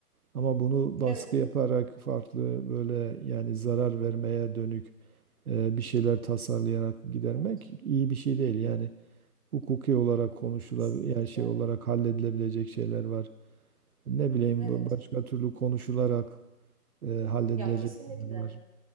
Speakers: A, on the right; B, on the right.
A: ama bunu baskı
B: Evet abi.
A: yaparak farklı böyle yani zarar vermeye dönük e, bir şeyler tasarlayarak gidermek
B: Evet.
A: iyi bir şey değil. Yani hukuki olarak konuşulabilir
B: Kesinlikle.
A: yani şey olarak halledilebilecek şeyler var. Ne bileyim
B: Evet.
A: bu- başka türlü konuşularak e, halledilecek
B: Ya kesinlikle.
A: şeyler var.